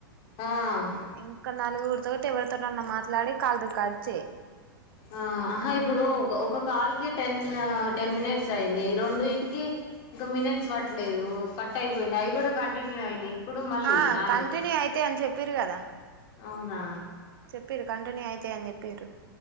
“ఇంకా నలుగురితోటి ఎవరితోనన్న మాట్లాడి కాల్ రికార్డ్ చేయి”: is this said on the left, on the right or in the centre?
Right